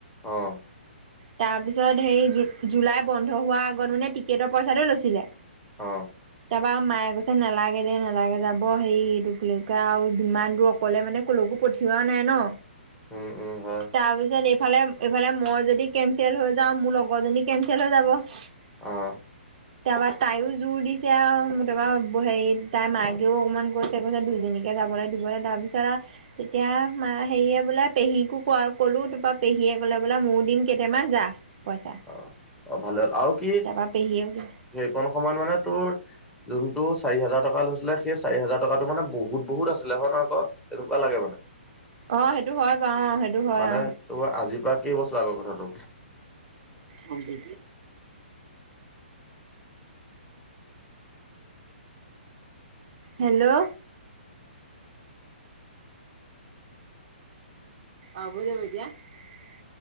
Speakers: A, in the centre; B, on the right.
A: অ',
B: তাৰপিছত হেৰি জুলাই বন্ধ হোৱাৰ আগত মানে টিকেটৰ পইচাটো লৈছিলে।
A: অ
B: তাপা মায়ে কৈছে নালাগে দে নালাগে যাব হেই এইটো আৰু যিমান দূৰ অকলে মানে ক'লো পঠিওৱা নাই ন
A: উ উম হয়
B: তাৰ পিছত এইফালে এইফালে মই যদি কেনচেল হৈ যাওঁ মোৰ লগৰ জনী কেনচেল হৈ যাব।
A: অ',
B: <inaudible> তাৰপা তাইও জোৰ দিছে আৰু তাপা হেৰি তাইৰ মাকেও অকণমান কৈছে কৈছে দুজনীকে যাব দিবলে তাৰ পিছত আৰু তেতিয়া ম হেৰিয়ে বোলে পেহীকো ক কলো তাৰপৰা পেহীয়ে বলে ময় দিম কেইটামান যা পইচা
A: অ'। অ ভালে হ'ল আৰু কি
B: তাৰপৰা পেহীয়ে
A: সেইকণ সময়ত মানে তোৰ যোনটো চাৰি হাজাৰ টকা লৈছিলে সেই চাৰি হাজাৰ টকাটো মানে বহুত বহুত আছিলে হয় হয় নহয় ক? এনেকুৱা লাগে মোৰ
B: অ সেইটো হয় বাৰু অ সেইটো হয়
A: মানে
B: অ
A: তোৰ আজিৰ পৰা কেই বছৰ আগৰ কথাটো
B: অ দে হেল্ল' অ বুজ ধাবৰিতিয়া <unintelligible>